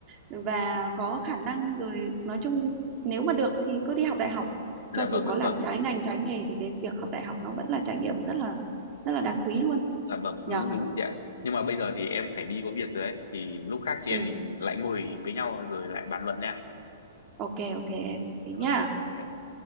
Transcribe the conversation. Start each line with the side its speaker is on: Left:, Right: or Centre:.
Right: và có khả năng rồi nói chung nếu mà được thì cứ đi học đại học
Left: dạ
Right: cho dù
Left: vâng
Right: có
Left: dạ
Right: làm
Left: vâng
Right: trái ngành trái nghề thì cái việc học đại học nó vẫn là trải nghiệm rất là rất là đáng quý luôn
Left: dạ vâng đúng
Right: nhở
Left: đúng chị ạ nhưng mà bây giờ thì em phải đi có việc rồi đấy thì lúc khác chị
Right: ừ
Left: em mình lại ngồi với nhau rồi lại bàn luận nha
Right: ok ok em thế
Left: dạ
Right: nhá
Left: vâng em chào chị ạ.